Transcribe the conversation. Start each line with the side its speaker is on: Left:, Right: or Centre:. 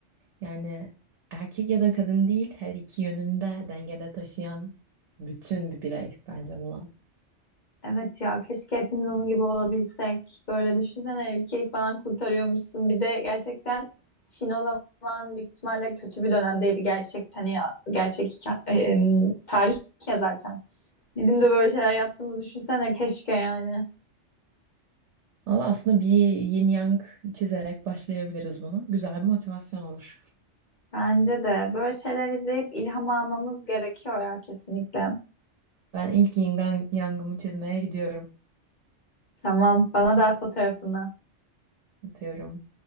Right: Yani erkek ya da kadın değil her iki yönünde dengede taşıyan bütün bir birey bence Mulan.
Left: Evet ya keşke hepimiz onun gibi olabilsek. Böyle düşünsene ülkeyi falan kurtarıyormuşsun. Bir de gerçekten Çin o zaman büyük ihtimalle kötü bir dönemdeydi gerçekten ya. Gerçek hikaye- e, tarih ya zaten. Bizim de böyle şeyler yaptığımızı düşünsene keşke yani.
Right: Valla aslında bir yin yang çizerek başlayabiliriz buna. Güzel bir motivasyon olur.
Left: Bence de böyle şeyler izleyip ilham almamız gerekiyor ya kesinlikle.
Right: Ben ilk yin yang- yangımı çizmeye gidiyorum.
Left: Tamam, bana da at fotoğrafını.
Right: Atıyorum.